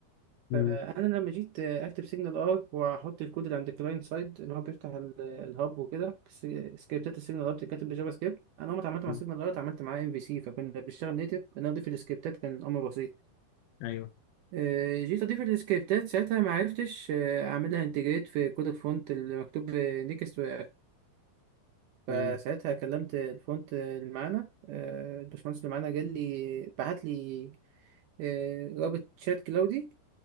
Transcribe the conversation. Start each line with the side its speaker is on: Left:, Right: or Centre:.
Left: مم.
Right: فانا لما جيت اكتب سيجنال ار واحط الكود اللي عند الكلاينت سايد اللي هو بيفتح ال- الهاب وكده بس سكريبتات السيجنال ار بتتكتب بجافا سكريبت انا اول ما اتعاملت
Left: مم.
Right: مع سيجنال ار اتعاملت معاه ام في سي فكنا بنشتغل نيتف ان أنا اضيف السكريبتات كان امر بسيط
Left: ايوه
Right: آه، جيت اضيف السكريبتات ساعتها ما عرفتش آه، اعملها انتجريت في كود الفونت اللي مكتوب نيكست رياكت
Left: مم.
Right: فساعتها كلمت الفونت اللي معانا آه، الباشمهندس اللي معانا قال لي بعت لي آه، رابط شات كلاودي